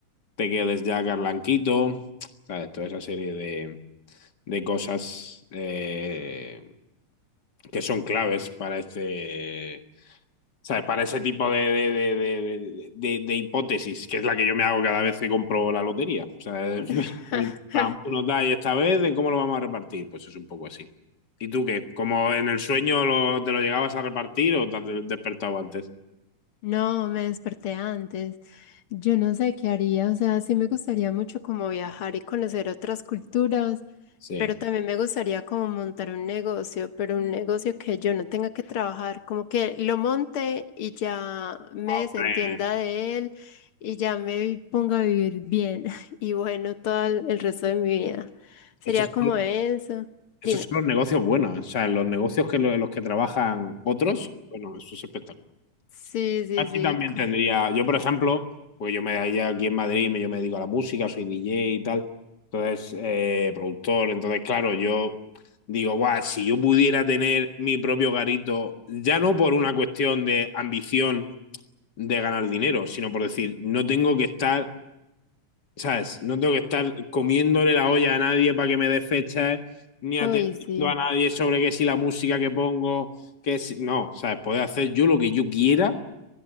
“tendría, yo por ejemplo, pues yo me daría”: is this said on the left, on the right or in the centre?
Left